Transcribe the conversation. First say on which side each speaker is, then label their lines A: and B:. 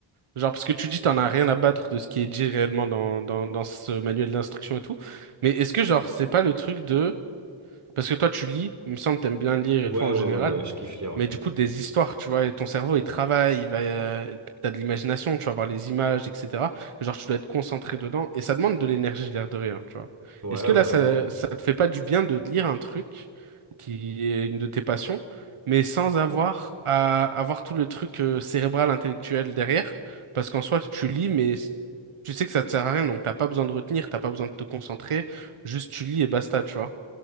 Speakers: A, on the right (about 85°); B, on the right (about 35°).
A: genre, parce que tu dis t'en as rien à battre de ce qui est dit réellement dans, dans, dans ce manuel d'instruction et tout, mais est-ce que, genre, c'est pas le truc de. Parce que toi, tu lis, il me semble que t'aimes bien lire
B: Ouais,
A: et tout en
B: ouais,
A: général.
B: ouais, ouais. Je kiffe lire. ouais.
A: Mais du coup, des histoires, tu vois, et ton cerveau, il travaille, il va, euh, t'as de l'imagination, tu vas voir les images, etc. Et genre, tu dois être concentré dedans. Et ça demande de l'énergie, l'air de rien, tu vois.
B: Ouais,
A: Est-ce que
B: ouais,
A: là,
B: ouais.
A: ça, ça te fait pas du bien de lire un truc qui est une de tes passions, mais sans avoir à avoir tout le truc euh, cérébral, intellectuel derrière? Parce qu'en soi, tu lis, mais tu sais que ça te sert à rien, donc t'as pas besoin de retenir, t'as pas besoin de te concentrer, juste tu lis et basta, tu vois.